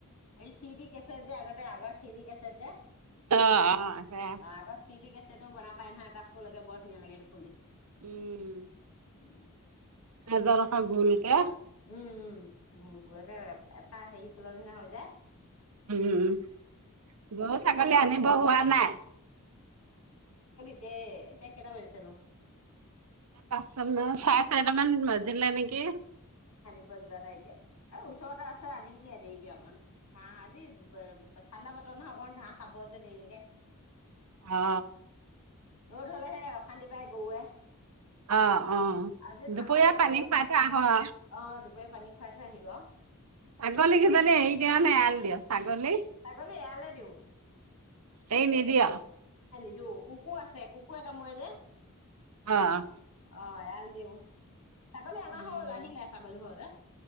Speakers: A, on the left; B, on the right.
A: এই চিডি কেঁচাত যে এগাৰতে আগৰ, চিদি কেছেট যে,
B: অঁ অঁ সেয়া।
A: অ আগৰ চি ডি বনাব পাৰে না এটা ফুল বৰ ধুনীয়া লাগে ম।
B: উম।
A: উম।
B: এজ ৰখা গোল কে।
A: উম উম। গো গো এফাহ হেৰি ফুলৰ নিচনা হৈ। দে।
B: উম গৰু ছাগলী
A: এইটো
B: আনিব হোৱা নাই।
A: এতে এতিয়া কেইটা বাজিছেনো?
B: পাঁচ তাৰ মান‌ চাৰে চাৰি টা মান বাজি। জিলে নেকি?
A: নিব যোৱা নাই এতিয়া। এ! ওচৰতে আছে আনিম গে দেৰিকে অকমান। ঘাঁহ আজি ঠাণ্ডা বতৰ নহয় অকমান ঘাঁহ খাব যে দেৰি লৈকে।
B: অঁ।
A: ৰ'দ হ'লে হে অশান্তি পাই গৰুৱে।
B: অঁ অঁ,
A: আজি ঠাণ্ডা
B: দুপৰীয়া
A: বতৰ
B: পানী
A: যে
B: পাত। কিয়া অহ
A: অ', দুপৰীয়া পানী খুৱাই থৈ আহিলো আৰু
B: ছাগলী
A: এতিয়া
B: কি জনী এৰি দিয় নে এৰাল দিয় ছাগলী।
A: ছাগলী এৰালে দিও।
B: এৰি নিদিয়ে।
A: নিদু কুকুৰ আছে কুকুৰে কামোৰে যে।
B: অ',
A: অ। এৰাল দিং। ছাগলী আনা
B: উম।
A: হ'ল আহিলে ছাগলী ঘৰলে